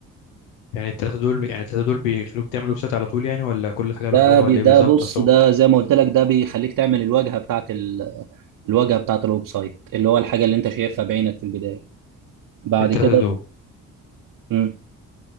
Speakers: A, on the left; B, on the right.
A: يعني التلاتة دول يعني التلاتة دول بيخلوك تعمل ويب سايت على طول يعني ولا كل حاجة لوحدها
B: ده
A: ولا
B: بي ده
A: ايه بالظبط
B: بص
A: اصل
B: ده
A: هو
B: زي ما قلت لك ده بيخليك تعمل الواجهه بتاعت ال... الواجهه بتاعت الويب سايت اللي هو الحاجه اللي انت شايفها بعينك في البدايه بعد
A: التلاتة
B: كده
A: دول
B: مم.